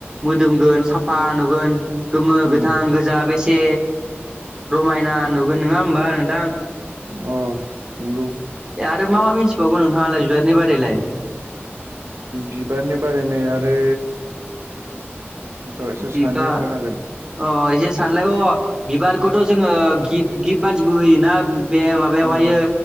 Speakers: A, on the right; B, on the right.
A: मोदोमगोन साफा नुगोन गोमो,
B: उम
A: गोथां, गोजा बेसे रमायना नुगोन नङा हबा नोंथां
B: अ नंगौ
A: आरो मा मा मिन्थिबावगौ नोंथाङालाय जुहादनि बारैलाय
B: बिबारनि बारै म आरो थ' एसे
A: बिबार
B: साननो होनांगोन
A: अ एसे सानलाय अ बिबारखौथ' जोङो गि गिफ्ट बादिबो होयोना बे माबायावहायो
B: अ